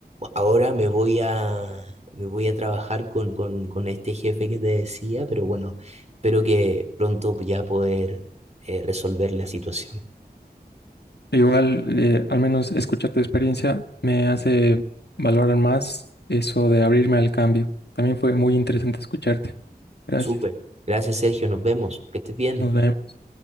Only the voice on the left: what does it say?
Igual, eh, al menos escuchar tu experiencia me hace valorar más eso de abrirme al cambio. También fue muy interesante escucharte. Gracias.
Nos vemos.